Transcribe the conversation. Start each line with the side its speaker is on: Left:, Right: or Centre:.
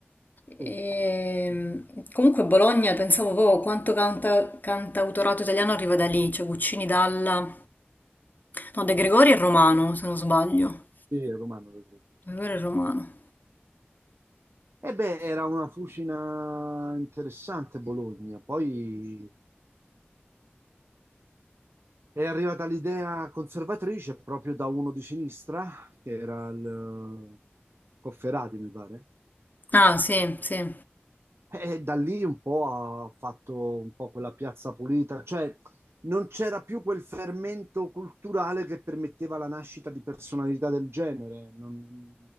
Left: Ehm,
Right: Sì, mm.
Left: comunque Bologna, pensavo proprio quanto canta, cantautorato italiano arriva da lì, cioè Guccini, Dalla, no, De Gregori è romano, se non sbaglio.
Right: Sì, Romano, lo credo.
Left: De Gregori è romano.
Right: E beh, era una fucina interessante Bologna. Poi è arrivata l'idea conservatrice proprio da uno di sinistra, che era il eh, Cofferati, mi pare.
Left: Ah, sì, sì.
Right: E da lì un po' ha fatto un po' quella piazza pulita, cioè non c'era più quel fermento culturale che permetteva la nascita di personalità del genere, non,